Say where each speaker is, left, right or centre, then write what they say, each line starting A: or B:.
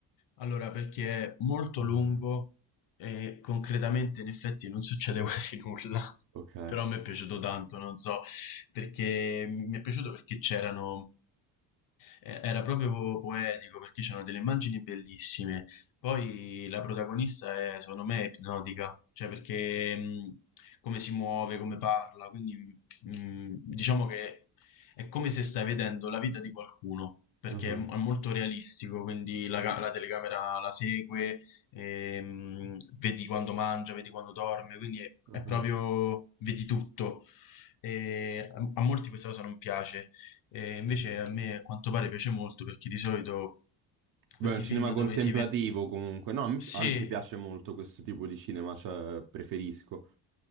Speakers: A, on the left (about 60°); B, on the right (about 55°).
A: Allora, perché è molto
B: Ah,
A: lungo e concretamente in effetti non succede <laughs> quasi nulla,
B: ok.
A: però mi è piaciuto tanto, non so, perché mi è piaciuto perché c'erano eh, era proprio po- poetico perché c'erano delle immagini bellissime. Poi la protagonista è, secondo me, ipnotica, cioè perché mh, come si muove, come parla, quindi mh, diciamo che è come se stai vedendo la vita di qualcuno, perché
B: Ah,
A: è, è molto realistico, quindi la, ca- la telecamera la segue, e, mh, vedi quando mangia, vedi quando dorme, quindi è,
B: ah,
A: è proprio, vedi tutto. E a, a molti questa cosa non piace, e invece
B: mhm.
A: a me a quanto pare piace molto perché di solito
B: Beh,
A: questi
B: è un cinema
A: film
B: contemplativo
A: dove si vede...
B: comunque. No, a me anche
A: Sì,
B: piace molto questo tipo di cinema, cioè preferisco.